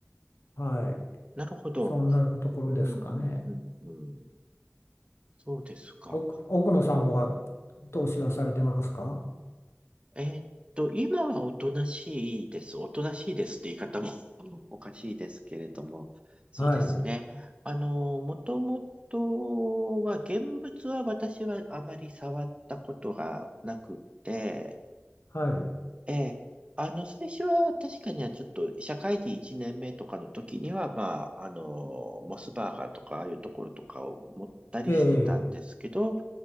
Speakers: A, on the left; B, on the right.
A: はい、
B: なるほど。
A: そんなところですかね。
B: うんうんうんうん。そうですか。
A: 奥奥野さんは投資はされてますか
B: えーっと、今はおとなしいです。おとなしいですって言い方も <laughs> おかしいですけれども。そうですね。
A: はい、
B: あの、もともとは、現物は私はあまり触ったことがなくて、
A: はい、
B: ええ、あの、最初は確かにはちょっと社会人1年目とかの時には、まあ、あの、モスバーガーとか、ああいうところとかを持ったりしてたんですけど、
A: ええ、